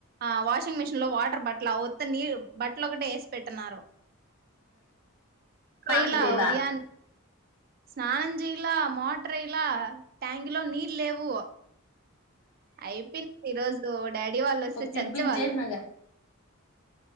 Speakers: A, on the right; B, on the left.
A: ఆ వాషింగ్ మిషన్ లో వాటర్ బట్ల ఉత్త నీళ్ బట్టలు ఒకటే వేసి పెట్టినారు ర్రైలా
B: ఆన్ చేయలా
A: ఉదయా స్నానం చేయలా మోటరైలా ట్యాంక్ లో నీళ్ లేవు అయిపో ఈ రోజు దోడ్ డాడీ వాళ్ళు వస్తే
B: ఒక క్లిప్
A: చచ్చే
B: ఇచ్చేసినాక
A: వాళ్ళు